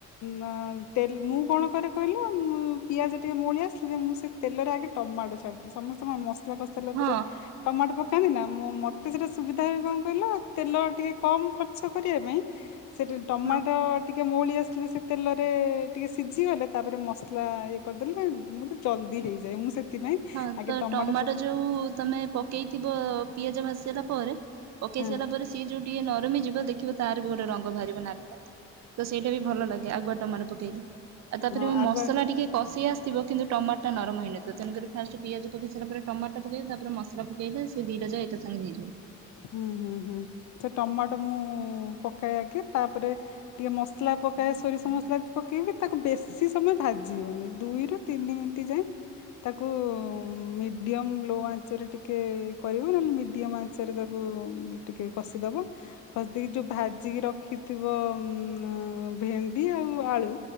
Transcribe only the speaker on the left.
ନା ତେଲ୍ ମୁଁ କଣ କଣ କରେ କହିଲ ମୁଁ ପିଆଜ ଟିକେ ମଉଳି ଆସିଲେ ମୁଁ ସେ ତେଲରେ ଆଗେ ଟମାଟୋ ଛାଡ଼ିଦି ଦିଏ ସମସ୍ତେଙ୍କ ମସ୍ ଲା କଷି ସରିଲା
ପରେ ଟମାଟୋ ପ କାନ୍ତି ନା ମୁଁ ମତେ ସେଟା ସୁବିଧା ହୁଏ କଣ କହିଲ ତେଲ ଟିକେ କମ ଖର୍ଚ୍ଚ କରିବା ପାଇଁ ସେଠି ଟମାଟୋ
ଟିକ କେ ମଉଳି ଆସିଲେ ସେ ତେଲରେ ଟିକେ ସିଝିଗଲେ ତାପରେ ମସଲା ଇଏ କରିଦେଲେ ମୋତେ ଜଲଦି ହେଇଯାଏ ମୁଁ ସେଥିପାଇଁ
ଆଗେ
ଟମାଟୋ ପ
ହଁ
ହଁ ଆଗୁଆ
ହୁଁ ହୁଁ ହୁଁ ସେ ଟମାଟୋ ମୁଁ ପକାଏ ଆଗେ ତାପରେ ଟିକେ ମସଲା ପକାଏ ସୋରିଷ ମସଲା ପକେଇବି ତାକୁ ବେଶୀ ସମୟ ଭାଜିବନି ଦୁଇରୁୁ ତିନି ମିନିଟ ଯାଏ ତାକୁ ମିଡିୟମ ଲୋ ଆଞ୍ଚରେ ଟିକେ କରିବ ନହେଲେ ମିଡିୟମ ଆଁ ସେରେ ତାକୁ ଟିକେ କଷିଦବ କଷି ଦେଇକି ଯୋଉ ଭାଜିକି ରଖିଥିବ ଉ ଭେଣ୍ଡି ଆଉ ଆଳୁ